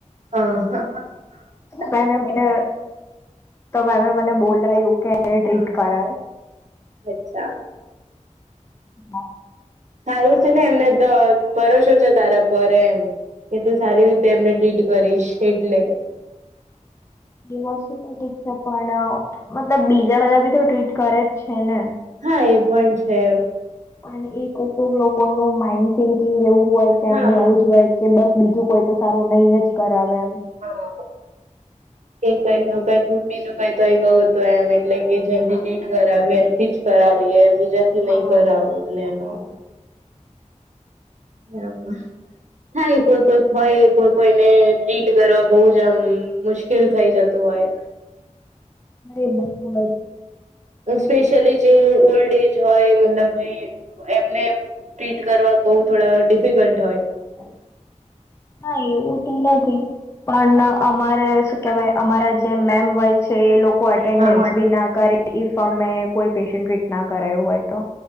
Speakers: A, on the right; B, on the left.
A: અ હ હ
B: મેમે મને તો મેમે મને બોલાયું કે એને ટ્રીટ
A: હા
B: કરાવ.
A: અચ્છા.
B: હા
A: સારું છે ને એમને તો ભરોસો છે તારા પર એમ. કે તું સારી રીતે એમને ટ્રીટ કરીશ એટલે.
B: એ વસ્તુ તો ઠીક છે. પણ મતલબ બીજા બધા બી તો ટ્રીટ કરે જ છે ને.
A: હા એ પણ છે એમ.
B: અને એ કોક કોક લોકોનું માઈન્ડ થિંકિંગ એવું હોય કે
A: હા
B: એમને એવું જ હોય. કે બસ બીજું કોઈ તો સારું નહી જ કરાવે એમ.
A: હા એ કઈક
B: એવું
A: કઈક બીજું કઈ થઈ ગયું હતું એમ એટલે કે જેનથી ટ્રીટ કરાવી એનથી જ કરાવી એમ. જેથી
B: હા
A: નહી કરાવું અને નોન હા હા એ કોઈક કોઈક હોય કોઈ કોઈને ટ્રીટ કરવા બહુ જ આમ મુશ્કેલ થઈ જતું હોય.
B: અરે બહુ જ.
A: અ સ્પેશિયલી જે ઓલ્ડએજ હોય મતલબ જે એમને ટ્રીટ કરવા બહુ થોડા ડિફિકલ્ટ હોય.
B: <inaudible> ના એવું તો નથી, પન અમારે કેવાય અમારા જે મેમ હોય છે એ લોકો અટેન્ડન્સ
A: હા
B: બી ના કરે. ઇફ અમે કોઈ પેશન્ટ ટ્રીટ ના કરાયું હોય તો.